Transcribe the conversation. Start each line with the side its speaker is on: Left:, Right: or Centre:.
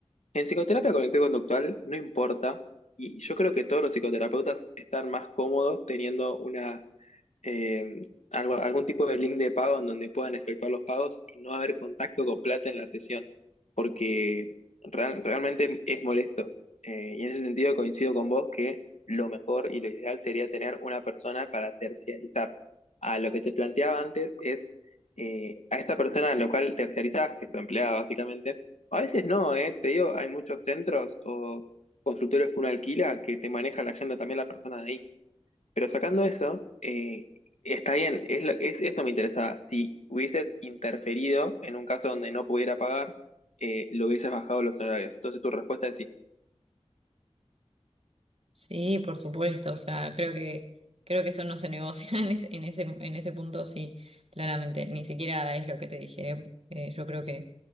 Left: En psicoterapia cognitivo-conductual no importa, y yo creo que todos los psicoterapeutas están más cómodos teniendo una eh, algo- algún tipo de link de pago en donde puedan efectuar los pagos y no haber contacto con plata en la sesión, porque real- realmente es molesto. Eh, y en ese sentido coincido con vos que lo mejor y lo ideal sería tener una persona para terciarizar. A lo que te planteaba antes es eh, a esta persona a la cual terciarizás, que es tu empleada básicamente, a veces no, eh, te digo, hay muchos centros o consultorios que uno alquila que te maneja la agenda también la persona de ahí. Pero sacando eso, eh, está bien, es lo- es- eso me interesaba. Si hubieses interferido en un caso donde no pudiera pagar, eh, lo hubieses bajado los salarios. Entonces tu respuesta es sí.
Right: Sí, por supuesto, o sea, creo que creo que eso no se negocia <laughs> en ese, en ese, en ese punto, sí, claramente, ni siquiera es lo que te dije, eh, yo creo que